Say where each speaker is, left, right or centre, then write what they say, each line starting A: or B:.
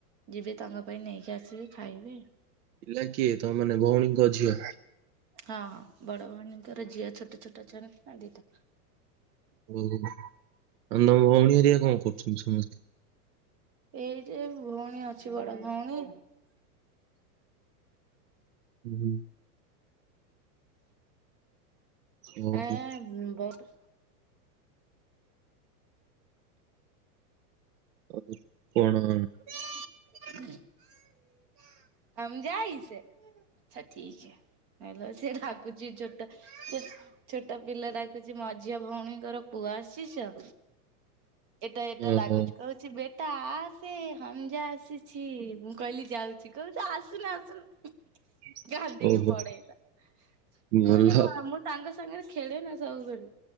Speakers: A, on the right (about 35°); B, on the right (about 75°).
A: ଯିବି ତାଙ୍କ ପାଇଁ ନେଇକି ଆସିବି ଖାଇବେ।
B: ପିଲା କିଏ ତ ମାନେ ଭଉଣୀଙ୍କ ଝିଅ।
A: ହଁଁ ବଡ ଭଉଣୀଙ୍କର ଝିଅ ଛୋଟ ଛୋଟ ଅଛନ୍ତିନା ଦିଟା।
B: ବୋଉ ଆଉ ତମ ଭଉଣୀ ହେରିଆ କଣ କରୁଛନ୍ତି ସମସ୍ତେ।
A: ଏଇ ଯେ ଭଉଣୀ ଅଛି ବଡ ଭଉଣୀ।
B: ହୁଁ। ଓହୋ
A: ଏଁ ବଟ୍
B: ଉ କଣ?
A: <unintelligible> ହମ ଯାଇସେ ଆଚ୍ଛା ଠିକ୍ ହେ। ହେଲେ ସେ ରାଗୁଚି ଛୋଟ ଛୋଟ ପିଲା ଡାକୁଚି ମଝିଆ ଭଉଣୀଙ୍କର ପୁଅ ଆସିଚ। ଏଟା ଏଟା
B: ଓହୋ
A: ଡାକୁଚି କହୁ ବେଟା ଆସେ ହମଜା ଆସିଛି ମୁଁ କହିଲି ଯାଉଚି କହୁଛ ଆସୁନୁ ଆସୁନୁ।
B: <inaudible>
A: କାନ୍ଦିକି
B: ଓହୋ
A: ପଡେଇଲା ସେ
B: ଭଲ
A: ମାନେ କଣ ମୁଁ ସାଙ୍ଗ ସାଙ୍ଗରେ ଖେଳେ ନା ସବୁବେଳେ